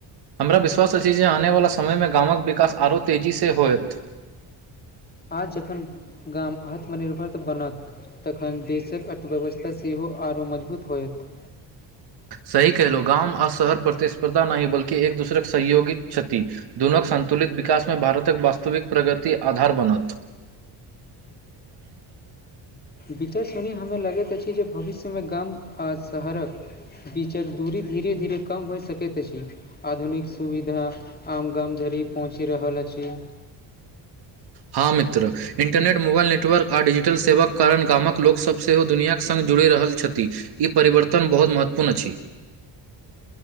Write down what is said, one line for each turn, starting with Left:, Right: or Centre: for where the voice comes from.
Right: हमरा विश्वास अछि जे आनेवला समयमे गामक विकास आरो तेजीसँ होयत
Left: आ जखन गाम आत्मनिर्भर बनत तखन देशक अर्थव्यवस्था सेहो आरो मजबूत होयत
Right: सही कहलो गामव आ शहर प्रतिस्पर्धा नहि बल्कि एक दूसरेके सहयोगी क्षति दुनोके संन्तुलित विकासमे भारतक वास्तविक प्रगति आधार बनत
Left: विचा <unintelligible> हमरा लगैत अछि जे भविष्यमे गाम आ शहरक बीचक दूरी धीरे-धीरे कम भऽ सकैत अछि आधुनिक सुविधा आम गाम धरि पहुँचि रहल अछि।
Right: हँ मित्र इन्टरनेट मोबाईल नेटवर्क आ डिजिटल सेवाक कारण गामक लोकसभ सेहो दुनियाक संग जुड़ि रहल छथि। ई परिवर्तन बहुत महत्वपूर्ण अछि।